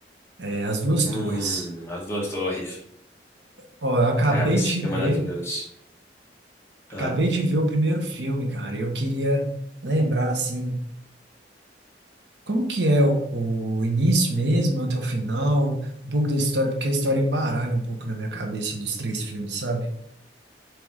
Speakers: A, on the right; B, on the left.
A: é, As Duas
B: Hum,
A: Torres.
B: As Duas Torres.
A: Ó, eu acabei
B: Cara, esse
A: de
B: filme
A: ver,
B: é maravilhoso.
A: acabei
B: Ah.
A: de ver o primeiro filme, cara. Eu queria lembrar assim, como que é o, o início mesmo até o final, um pouco da história, porque a história embaralha um pouco na minha cabeça dos três filmes, sabe?